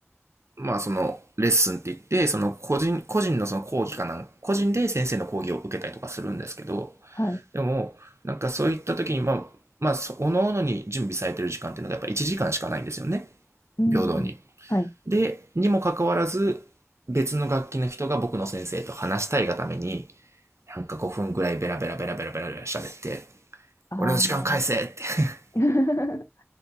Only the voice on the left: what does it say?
はい。
うん。
はい。
あ
あ。
<laughs>